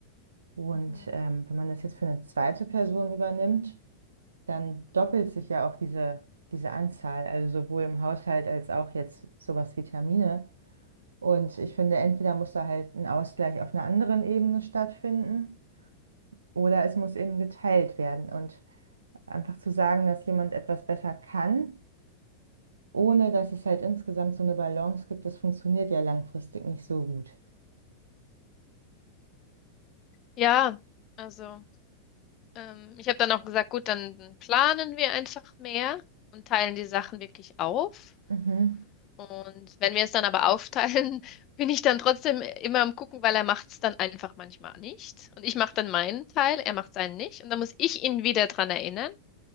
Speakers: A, on the right; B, on the left.
A: Und
B: mhm.
A: ähm, wenn man das jetzt für eine zweite Person übernimmt, dann doppelt sich ja auch diese, diese Anzahl, also sowohl im Haushalt als auch jetzt sowas wie Termine. Und ich finde, entweder muss da halt ein Ausgleich auf einer anderen Ebene stattfinden oder es muss eben geteilt werden. Und einfach zu sagen, dass jemand etwas besser kann, ohne dass es halt insgesamt so eine Balance gibt, das funktioniert ja langfristig nicht so gut.
B: Ja, also ähm, ich habe dann auch gesagt, gut, dann planen wir einfach mehr und teilen die Sachen wirklich auf.
A: Mhm.
B: Und wenn wir es dann aber aufteilen, <laughs> bin ich dann trotzdem immer am Gucken, weil er macht es dann einfach manchmal nicht. Und ich mache dann meinen Teil, er macht seinen nicht. Und dann muss ich ihn wieder dran erinnern.